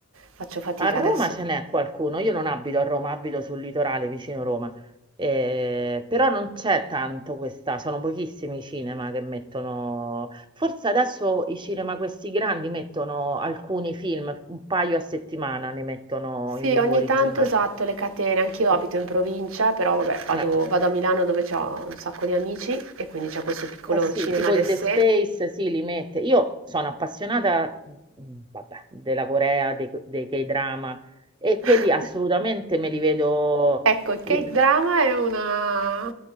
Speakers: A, on the right (about 75°); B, on the right (about 20°).
A: Faccio fatica
B: A Roma
A: adesso.
B: ce n'è qualcuno, io non abito a Roma, abito sul litorale vicino Roma, Eh, però non c'è tanto questa, sono pochissimi i cinema che mettono, forse adesso i cinema questi grandi mettono alcuni film, un paio a settimana ne mettono
A: Sì,
B: in lingua
A: ogni
B: originale.
A: tanto esatto, le catene. Anch'io
B: Eh,
A: abito in provincia, però vabbè, vado,
B: eh.
A: vado a Milano dove ho un sacco di amici e quindi c'è questo piccolo
B: Eh sì,
A: cinema
B: tipo
A: d'essè.
B: il The Space, sì, li mette. Io sono appassionata, mh, vabbè, della Corea, dei, dei K-drama e
A: <laughs>
B: quelli assolutamente me li vedo
A: Ecco, il K-drama
B: io.
A: è una,